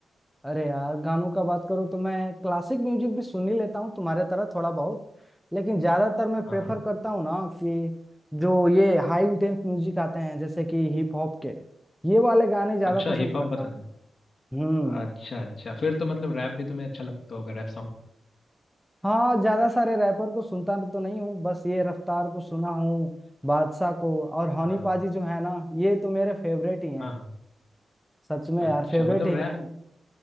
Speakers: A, in the centre; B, on the left.
A: अरे यार गानों का बात करूँ तो मैं क्लासिक म्यूजिक भी सुन ही लेता हूँ तुम्हारे तरह थोड़ा बहुत लेकिन ज्यादातर मैं
B: हाँ
A: प्रेफर
B: हाँ
A: करता हूँ ना कि जो ये हाई इंटेंस म्यूजिक आते हैं जैसे कि हिप हॉप के ये वाले गाने ज्यादा
B: अच्छा
A: पसंद
B: हिप हॉप
A: करता
B: पसंद
A: हूँ
B: है
A: हम्म
B: अच्छा अच्छा फिर तो मतलब रैप भी तुम्हें अच्छा लगता होगा रैप सॉन्ग
A: हाँ ज्यादा सारे रैपर को सुनता तो नहीं हूँ बस ये रफ्तार को सुना हूँ बादशाह को और हनी
B: हाँ
A: पाजी जो है ना ये तो मेरे फेवरेट ही हैं
B: हाँ हाँ
A: सच में यार
B: अच्छा
A: फेवरेट
B: मतलब
A: ही
B: रैप
A: है